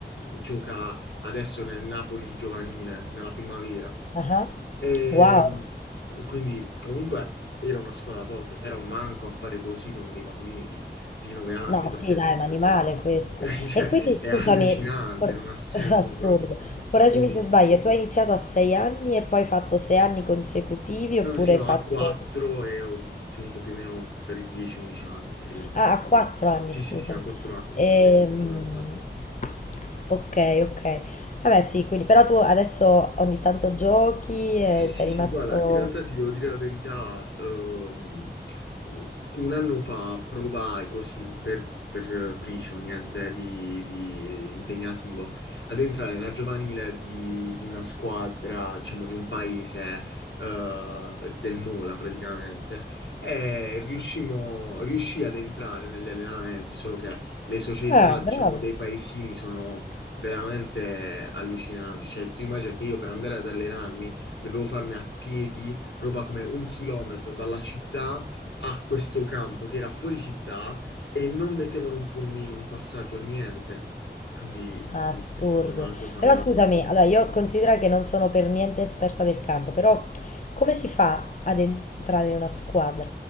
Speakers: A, on the left; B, on the left.
A: gioca adesso nel Napoli giovanile, nella primavera.
B: Ah,
A: E
B: Wow.
A: quindi, comunque, era una squadra forte, però manco a fare così con dei bambini di, di 9 anni,
B: No,
A: perché
B: sì, dai, è
A: cioè,
B: un animale questo.
A: <laughs> Cioè,
B: E quindi scusami,
A: è allucinante,
B: cor-
A: non ha senso
B: <laughs> assurdo,
A: proprio.
B: correggimi
A: Quindi,
B: se sbaglio, tu hai iniziato a sei anni e poi hai fatto sei anni consecutivi
A: eh,
B: oppure
A: sì, no,
B: hai fatto...
A: a 4 e ho finito più o meno per i 10-11 anni, credo.
B: Ah, a quattro anni,
A: Sì,
B: scusami.
A: sì, sì, a 4 anni,
B: Ehm,
A: sì, sì, ho iniziato veramente da piccolo.
B: ok, ok. Vabbè, sì, quindi però tu adesso ogni tanto giochi
A: Sì,
B: e
A: sì,
B: sei
A: sì,
B: rimasto...
A: guarda, in realtà ti devo dire la verità, ehm, un anno fa provai così per, per Pricio, niente di, di impegnativo, ad entrare nella giovanile di, di una squadra, diciamo, di un paese, eh, del Mola praticamente, e riuscimmo, riuscì ad entrare negli allenamenti, solo che le società,
B: Ah,
A: diciamo,
B: bravo.
A: dei paesini sono veramente allucinanti, cioè tu immagini che io per andare ad allenarmi dovevo farmi a piedi roba come un chilometro dalla città a questo campo che era fuori città e non mettevano un pulmino, un passaggio, niente. Quindi
B: Assurdo.
A: è stata una cosa
B: Però
A: un
B: scusami,
A: po'...
B: allora io considero che non sono per niente esperta del campo, però come si fa ad entrare in una squadra?